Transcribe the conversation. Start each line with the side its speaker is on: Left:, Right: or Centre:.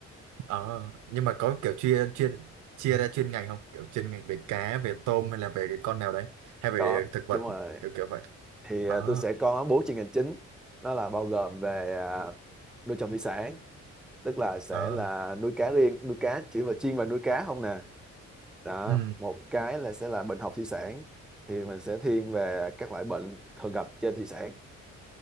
Right: ờ nhưng mà có kiểu chia chuyên chia ra chuyên ngành không kiểu chuyên ngành về cá về tôm hay là về cái con nào đấy hay về
Centre: có
Right: thực vật
Centre: đúng rồi
Right: kiểu kiểu vậy
Centre: thì
Right: ờ
Centre: à, tôi sẽ có bốn chuyên ngành chính đó là bao gồm về à, nuôi trồng thủy sản tức là sẽ
Right: ờ
Centre: là nuôi cá riêng nuôi cá chỉ và chiên và nuôi cá không nè đó
Right: ừ
Centre: một cái là sẽ là bệnh học thủy sản thì mình sẽ thiên về các loại bệnh thường gặp trên thủy sản